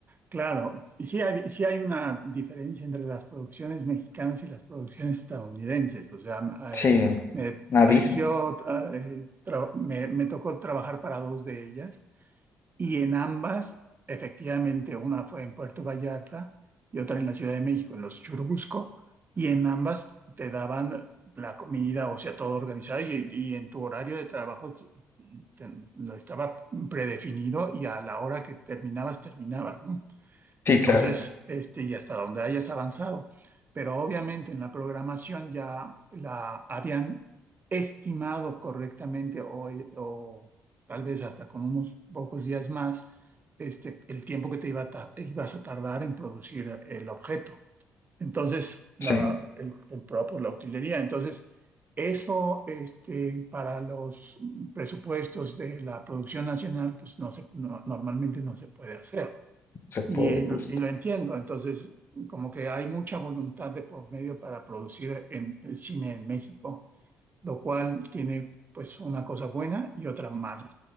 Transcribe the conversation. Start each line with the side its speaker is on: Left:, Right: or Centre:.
Right: Claro, sí hay, sí hay una diferencia entre las producciones mexicanas y las producciones estadounidenses. O sea, eh,
Left: Sí, un
Right: me
Left: abismo.
Right: pareció, eh, tra- me, me tocó trabajar para dos de ellas y en ambas, efectivamente, una fue en Puerto Vallarta y otra en la Ciudad de México, en los Churubusco, y en ambas te daban la comida, o sea, todo organizado y, y en tu horario de trabajo te- lo estaba predefinido y a la hora que terminabas, terminabas, ¿no?
Left: Sí,
Right: Entonces,
Left: claro.
Right: este, y hasta donde hayas avanzado. Pero obviamente en la programación ya la habían estimado correctamente o, o tal vez hasta con unos pocos días más, este, el tiempo que te iba a ta- ibas a tardar en producir el objeto. Entonces, la,
Left: Sí,
Right: el, el propio, la utilería. Entonces, eso, este, para los presupuestos de la producción nacional, pues no se, no- normalmente no se puede hacer.
Left: se puede,
Right: Y, y
Left: justo.
Right: lo entiendo, entonces como que hay mucha voluntad de por medio para producir en, el cine en México, lo cual tiene pues una cosa buena y otra mala.